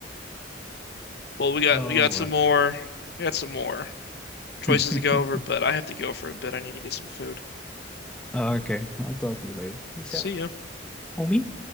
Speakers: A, on the left; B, in the centre.
A: Well, we got
B: oh,
A: we got some
B: well.
A: more we got some more choices
B: <laughs>
A: to go over, but I have to go for a bit. I need to get some food.
B: Uh, okay. I'll talk to you later. Peace
A: See
B: out,
A: ya.
B: homie.